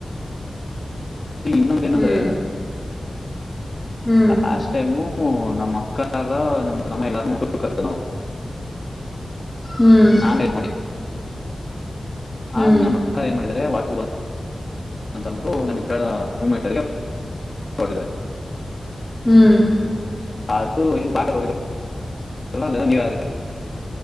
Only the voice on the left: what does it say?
ಇನ್ನೊಂದ ಏನಂದ್ರೆ
ಲಾಸ್ಟ್ ಟೈಮು ನಮ್ಮ್ ಅಕ್ಕಾರ ನಮ್ ತಮ್ಮ ಎಲ್ಲಾರ ಊಟಕ್ <unintelligible> ನಾವು.
ನಾನ್ವೆಜ್ ಮಾಡಿ
ಆಗ ನಮ್ಮ ಅಕ್ಕ ಏನ್ ಮಾಡಿದರೆ ವಾಟರ್ಬಾಲ್ <unintelligible>
ಅದು ಏನ್ ಬಾಗಲ್ <unintelligible> <unintelligible>